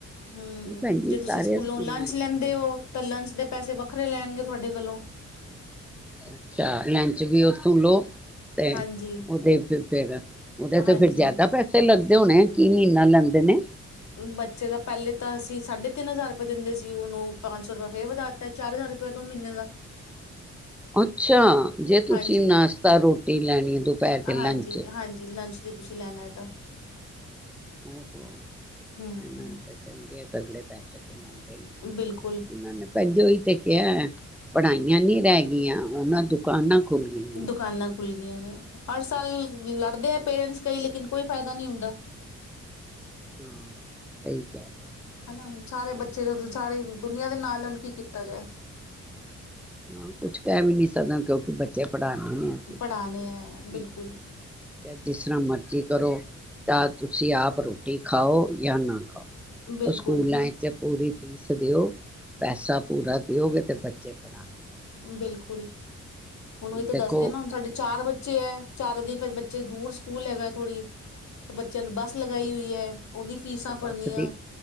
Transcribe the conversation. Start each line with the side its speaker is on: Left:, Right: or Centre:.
Left: ਹੂੰ
Centre: ਇਹ ਭੈਣ ਜੀ
Left: ਜੇ ਤੁਸੀਂ
Centre: ਸਾਰੇ
Left: ਸਕੂਲੋਂ
Centre: ਸਕੂਲਾਂ
Left: ਲੰਚ
Centre: ਚ
Left: ਲੈਂਦੇ
Centre: ਬਣਾਇਆ
Left: ਹੋ, ਤਾਂ ਲੰਚ ਦੇ ਪੈਸੇ ਵੱਖਰੇ ਲੈਣਗੇ ਤੁਹਾਡੇ ਕੋਲੋਂ
Centre: ਅੱਛਾ ਲੰਚ ਵੀ ਉੱਥੋਂ ਲੋ। ਤੇ
Left: ਹਾਂਜੀ,
Centre: ਉਹਦੇ ਫਿਰ ਉਹਦੇ ਤੇ
Left: ਹਾਂਜੀ।
Centre: ਫਿਰ ਜ਼ਿਆਦਾ ਪੈਸੇ ਲੱ ਹੋਣੇ ਕੀ ਮਹੀਨਾ ਲੈਂਦੇ ਨੇ।
Left: ਬੱਚੇ ਦਾ ਪਹਿਲੇ ਤਾਂ ਅਸੀਂ ਸਾਢੇ ਤਿੰਨ ਹਜ਼ਾਰ ਰੁਪਏ ਦਿੰਦੇ ਸੀ, ਉਹਨੂੰ ਪੰਜ ਸੌ ਰੁਪਆ ਫੇਰ ਵਧਾ ਦਿੱਤਾ ਚਾਰ ਹਜ਼ਾਰ ਰੁਪਇਆ ਦੋ ਮਹੀਨੇ ਦਾ।
Centre: ਅੱਛਾ, ਜੇ ਤੁਸੀਂ
Left: ਹਾਂਜੀ।
Centre: ਨਾਸ਼ਤਾ ਰੋਟੀ ਲੈਣੀ ਦੁਪੈਰ ਦੇ
Left: ਹਾਂਜੀ,
Centre: ਲੰਚ
Left: ਹਾਂਜੀ ਲੰਚ ਜੇ ਤੁਸੀਂ ਲੈਣਾ ਹੈ ਤਾਂ
Centre: <unintelligible>
Left: ਹੂੰ,
Centre: ਐਨਾਂ ਤਾਂ ਚੰਗੇ ਅਗਲੇ ਪੈਸੇ ਏ
Left: ਬਿਲਕੁਲ।
Centre: ਇਨਾਂ ਨੇ ਭੈਂਜੀ ਤੇ ਕੈਯਾ, ਪੜ੍ਹਾਈਆਂ ਨੀ ਰੈਗੀਆਂ ਹੁਨ ਐ ਦੁਕਾਨਾਂ ਖੁੱਲ ਗਈਆਂ ਹਾਂ
Left: ਦੁਕਾਨਾਂ ਖੁੱਲਗੀਆਂ ਨੇ, ਗੁਰੂ ਹਰ ਹਰ ਸਾਲ ਲੜਦੇ ਪੇਰੈਂਟਸ ਕਈ ਲੇਕ ਕੋਈ ਫਾਇਦਾ ਨਹੀਂ ਹੁੰਦਾ।
Centre: ਹਾਂ, ਸਹੀ ਕਹਿ ਰਹੇ
Left: ਹਨਾ ਸਾਰੇ
Centre: ਹੋ
Left: ਬੱਚੇ ਜੋਂ ਸਾਰੇ ਦੁਨੀਆਂ ਦੇ ਨਾਲ ਹੁਨ ਕੀ ਕੀਤਾ ਜਾਏ?
Centre: ਨਾਂ, ਕੁਛ ਕੈ ਵੀ ਨੀ ਸਕਾ ਕੇਓਕਿ ਬੱਚੇ ਪੜਾਨੇ ਨੇ ਅਸੀ, ਕਿ
Left: ਪੜ੍ਹਾਣੇ ਹੈ ਬਿਲਕੁਲ।
Centre: ਕਰੇ ਚਾਏ ਜਿਸਰਾ ਮਰਜ ਕਰੋ ਚਾ ਤੁਸੀ ਆਪ ਰੋਟੀ ਖਾਓ ਯਾ ਨਾ ਖਾਓ
Left: ਬਿਲਕੁਲ,
Centre: ਸਕੂਲਾਂ ਚ ਪੂਰੀ ਫੀਸ ਦੇਓ ਪੈਸਾ ਪੂਰਾ ਦੇਓਗੇ ਤੇ ਬੱਚੇ <unintelligible>
Left: ਬਿਲਕੁਲ। ਹੂਨ ਓਈ
Centre: ਹੁਣ
Left: ਤਾਂ
Centre: ਦੇਖੋ
Left: ਦੱਸ ਰਈ ਆ ਨਾ ਹੁਨ ਸਾਡੇ ਚਾਰ ਬੱਚੇ ਐ, ਚਾਰੋ ਦੀ ਫੇਰ ਬੱਚੇ ਦੂਰ ਸਕੂਲ ਹੈਗਾ ਥੋੜ੍ਹੀ ਚਨ ਬਸ ਲਗਾਈ
Centre: ਤੇ
Left: ਹੋਈ ਹੈ ਓਹਦੀ ਫੀਸਾਂ
Centre: ਬੱਸ
Left: ਭਰਨੀਆਂ
Centre: ਦੀ